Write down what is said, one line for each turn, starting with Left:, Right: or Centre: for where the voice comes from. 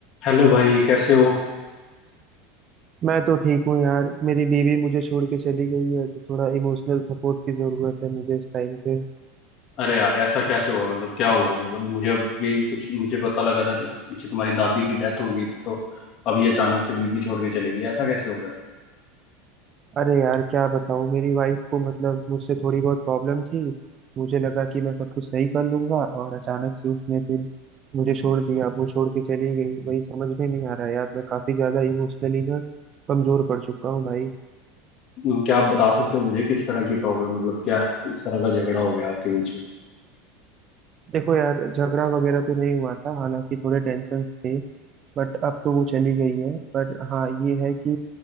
Left: Hello भाई कैसे हो
Right: मैं तो ठीक हूँ यार मेरी बीवी मुझे छोड़ के चली गई है तो थोड़ा इमोशनल सपोर्ट की जरूरत है मुझे इस टाइम पे
Left: अरे यार ऐसा कैसे हुआ मतलब क्या हुआ मतलब मुझे अभी कुछ मुझे पता लगा था कि पीछे तुम्हारी दादी की डेथ हो गई थी तो अभी अचानक से बीबी छोड़ के चली गई ऐसा कैसे हो गया
Right: अरे यार क्या बताऊँ मेरी वाइफ को मतलब मुझसे थोड़ी बहुत प्रॉब्लम थी मुझे लगा कि मैं सब कुछ सही कर लूंगा और अचानक से उसने फिर मुझे छोड़ दिया वो छोड़ के चली गई वही समझ में नहीं आ रहा यार मैं काफी ज्यादा इमोशनली ना कमजोर पड़ चुका हूँ भाई
Left: हम्म, क्या आप बता सकते हो मुझे किस तरह की प्रॉब्लम मतलब क्या किस तरह का झगड़ा हो गया आपके बीच
Right: देखो यार झगड़ा वगैरह तो नहीं हुआ था हालांकि थोड़े टेंशन्स थे बट अब तो वो चली गई है पर हाँ ये है कि